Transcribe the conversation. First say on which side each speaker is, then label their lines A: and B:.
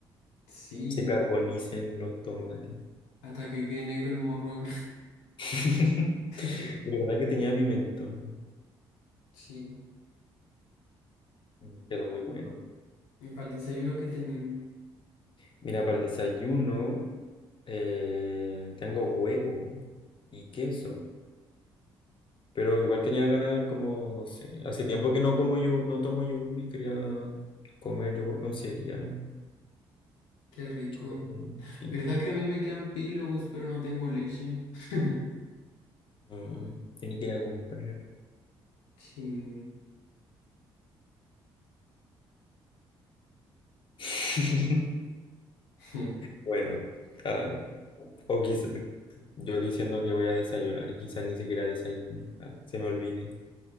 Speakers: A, on the left; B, on the left.
A: Sí,
B: Se carbonicen los tomates.
A: hasta que quede negro el morrón.
B: <laughs>
A: <laughs>
B: De verdad que tenía pimentón.
A: Sí,
B: Mm, Quedó muy bueno.
A: y para el desayuno que tení,
B: Mira, para el desayuno eh, tengo huevo y queso. Pero igual tenía ganas como, no sé, hace tiempo que no como yo, no tomo yogur y quería comer yogur con cereal.
A: qué rico.
B: Sí, sí.
A: ¿Verdad que a mí me quedan pillows, pero no tengo leche? <laughs>
B: mm, tenía que ir a comprar.
A: Sí.
B: <laughs>
A: <laughs>
B: Bueno, ah, o quizás yo diciendo que voy a desayunar y quizás ni siquiera desayune. Ah, se me olvide.